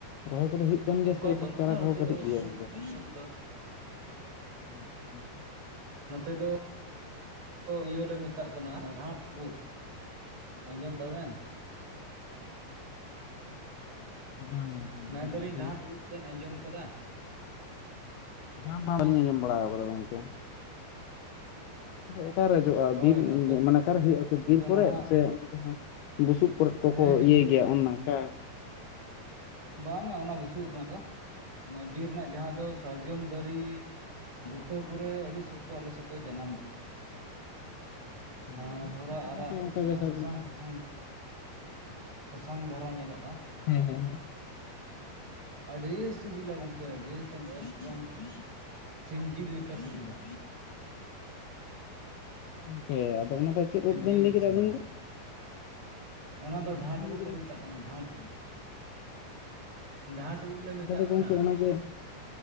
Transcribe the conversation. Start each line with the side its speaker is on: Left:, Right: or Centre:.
Left: ᱨᱚᱦᱚᱭ ᱠᱚᱫᱚ ᱦᱩᱭᱩᱜ ᱠᱟᱱ ᱜᱮᱭᱟ
Right: ᱚᱱᱠᱟ
Left: ᱥᱮ ᱮᱠᱷᱚᱱ
Right: ᱵᱟᱹᱱᱩᱜᱼᱟ
Left: ᱪᱟᱨᱟ ᱠᱚᱦᱚᱸ
Right: ᱱᱚᱛᱮ
Left: ᱠᱟᱹᱴᱤᱡ
Right: ᱫᱚ
Left: ᱜᱮᱭᱟ
Right: ᱩᱫ
Left: ᱜᱚᱝᱠᱮ
Right: ᱯᱩᱴᱠᱟᱹ ᱠᱚᱫᱚᱼᱼ
Left: <unintelligible>
Right: ᱱᱚᱛᱮ ᱫᱚ ᱤᱭᱟᱹ ᱞᱮ ᱢᱮᱛᱟᱜ ᱠᱟᱱᱟ ᱰᱷᱟᱸᱴ ᱩᱫ ᱟᱸᱡᱚᱢ ᱫᱟ ᱵᱮᱱ?
Left: ᱵᱟᱝ ᱵᱟᱝ
Right: ᱢᱮᱱᱫᱟᱞᱤᱧ
Left: ᱵᱟᱝ ᱵᱟᱝ
Right: ᱡᱦᱟᱸᱴ ᱩᱫ ᱵᱮᱱ ᱟᱸᱡᱚᱢ ᱟᱠᱟᱫᱟ?
Left: ᱵᱟᱝᱟᱢ ᱵᱟᱝ ᱵᱟᱞᱤᱧ ᱟᱸᱡᱚᱢ ᱵᱟᱲᱟ ᱟᱠᱟᱫᱟ ᱜᱚᱝᱠᱮ᱾ ᱚᱠᱟᱨᱮ ᱡᱚᱜᱼᱟ
Right: ᱦᱳᱭ
Left: ᱵᱤᱨ
Right: ᱱᱚᱛᱮ
Left: ᱢᱟᱱᱮ ᱚᱠᱟᱨᱮ ᱦᱩᱭᱩᱜᱼᱟ ᱵᱤᱨ
Right: ᱫᱚ
Left: ᱠᱚᱨᱮᱫ
Right: ᱱᱟᱦᱟᱜ
Left: ᱥᱮ ᱡᱟᱦᱟᱸ ᱵᱩᱥᱩᱵᱼᱼ ᱠᱚᱠᱚ
Right: ᱦᱮᱸ ᱦᱮᱸ
Left: ᱤᱭᱟᱹᱭ
Right: ᱵᱤᱨ
Left: ᱜᱮᱭᱟ
Right: ᱠᱚᱨᱮ
Left: ᱚᱱᱚᱠᱟ᱾
Right: ᱵᱟᱝᱟ ᱚᱱᱟ ᱵᱩᱥᱩᱵ ᱨᱮᱱᱟᱜ ᱫᱚ ᱚᱱᱟ ᱵᱤᱨ ᱨᱮᱱᱟᱜ ᱡᱟᱦᱟᱸ ᱫᱚ ᱥᱟᱨᱡᱚᱢ ᱫᱟᱨᱮᱼᱼ ᱵᱩᱴᱟᱹ ᱠᱚᱨᱮ ᱟᱹᱰᱤ ᱥᱚᱠᱛᱚ ᱟᱞᱮᱥᱮᱫ ᱫᱚ ᱡᱟᱱᱟᱢᱚᱜᱼᱟ
Left: ᱦᱮᱸ
Right: ᱦ
Left: ᱟᱞᱮ
Right: ᱛᱷᱚᱲᱟ
Left: ᱥᱮᱫ ᱦᱚᱸ
Right: ᱟᱨᱟᱜ
Left: ᱜᱚᱝᱠᱮ ᱚᱱᱠᱟ ᱜᱮ ᱥᱟᱨᱡᱚᱢ
Right: ᱥᱟᱥᱟᱝ, ᱥᱟᱥᱟᱝ, ᱥᱟᱥᱟᱝ ᱫᱷᱟᱨᱟ ᱧᱮᱞᱚᱜᱼᱟ᱾
Left: ᱦᱮᱸ ᱦᱮᱸ
Right: ᱟᱹᱰᱤ ᱥᱤᱵᱤᱞᱟ ᱜᱚᱝᱠᱮ
Left: ᱦᱮᱸ
Right: ᱟᱹᱰᱤ ᱛᱮᱫ ᱮᱠᱫᱚᱢ ᱥᱤᱢ ᱡᱤᱞ ᱞᱮᱠᱟ ᱥᱤᱵᱤᱞᱟ᱾
Left: ᱦᱮᱸ ᱟᱫᱚ ᱚᱱᱟ ᱫᱚ ᱪᱮᱫ
Right: ᱥᱤᱢ
Left: ᱜᱚᱝᱠᱮᱢ
Right: ᱡᱤᱞ
Left: ᱞᱟᱹᱭ
Right: ᱞᱮᱠᱟ
Left: ᱠᱮᱫᱟ
Right: ᱥᱤᱵᱤᱞᱟ
Left: ᱟᱱᱟ ᱫᱚ <unintelligible>
Right: ᱚᱱᱟ ᱫᱚ
Left: ᱚ
Right: ᱰᱷᱟᱸᱴ
Left: ᱟᱞᱮ
Right: ᱩᱫ ᱞᱮ ᱢᱮᱛᱟᱜ ᱠᱟᱱᱟ ᱰᱷᱟᱸᱴ ᱩᱫ ᱰᱷᱟᱸᱴ ᱩᱫ ᱞᱮ ᱢᱮᱛᱟᱜ
Left: ᱫᱚ ᱜᱚᱝᱠᱮ
Right: ᱠᱟᱱᱟ
Left: ᱚᱱᱟᱜᱮ